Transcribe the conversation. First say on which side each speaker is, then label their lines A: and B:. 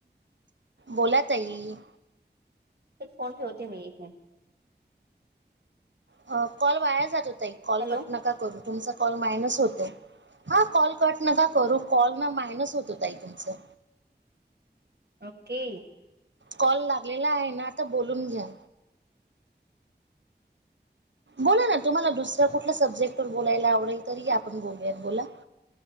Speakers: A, on the right; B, on the right.
A: बोला ताई
B: फोन ठेवते मी एक मिनट.
A: अ कॉल वाया जातो. कॉल
B: हॅलो
A: कट नका करू. तुमचा कॉल मायनस होतोय हा कॉल कट नका करू कॉल ना मायनस होतो ताई तुमचं.
B: ओके
A: कॉल लागलेला आहे ना आता बोलून घ्या. बोला ना तुम्हाला दुस तुम्हाला कुठल्या सब्जेक्ट वर बोलायला आवडेल तरी या आपण बोलूयात. बोला